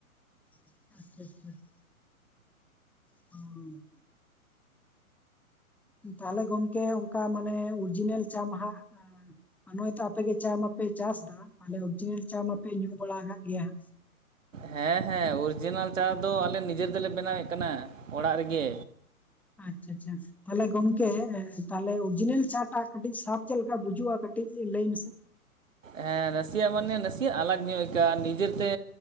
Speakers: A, in the centre; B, on the right.
A: <unintelligible> <unintelligible> ᱛᱟᱦᱞᱮ ᱜᱚᱢᱠᱮ ᱚᱝᱠᱟ ᱢᱟᱱᱮ ᱚᱨᱡᱤᱱᱮᱞ ᱪᱟ ᱢᱟ ᱦᱟᱸᱜ ᱱᱚᱜᱼᱚᱭ ᱛᱚ ᱟᱯᱮᱜᱮ ᱪᱟ ᱢᱟᱯᱮ ᱪᱟᱥᱫᱟ ᱛᱟᱦᱞᱮ ᱚᱨᱤᱡᱤᱱᱟᱞ ᱪᱟ ᱢᱟᱯᱮ ᱧᱩ ᱵᱟᱲᱟ ᱠᱟᱜ ᱜᱮᱭᱟ ᱦᱟᱸᱜ
B: ᱦᱮᱸ ᱦᱮᱸ ᱚᱨᱤᱡᱤᱱᱟᱞ ᱪᱟ ᱫᱚ ᱟᱞᱮ ᱱᱤᱡᱮ ᱛᱮᱞᱮ ᱵᱮᱱᱟᱣᱮᱫ ᱠᱟᱱᱟ ᱚᱲᱟᱜ ᱨᱮᱜᱮ
A: ᱟᱪᱪᱷᱟ ᱟᱪᱪᱷᱟ ᱛᱟᱦᱞᱮ ᱜᱚᱢᱠᱮ ᱛᱟᱦᱞᱮ ᱚᱨᱤᱡᱤᱱᱟᱞ ᱪᱟ ᱴᱟᱜ ᱠᱟᱹᱴᱤᱡ ᱥᱟᱫ ᱪᱮᱫ ᱞᱮᱠᱟ ᱵᱩᱡᱩᱜᱼᱟ ᱠᱟᱹᱴᱤᱡ ᱞᱟᱹᱭ ᱢᱮᱥᱮ
B: ᱦᱮᱸ ᱱᱟᱥᱮᱭᱟᱜ ᱢᱟᱱᱮ ᱱᱟᱥᱮᱭᱟᱜ ᱟᱞᱟᱜ ᱧᱚᱜ ᱟᱹᱭᱠᱟᱹᱜᱼᱟ ᱱᱤᱡᱮᱛᱮ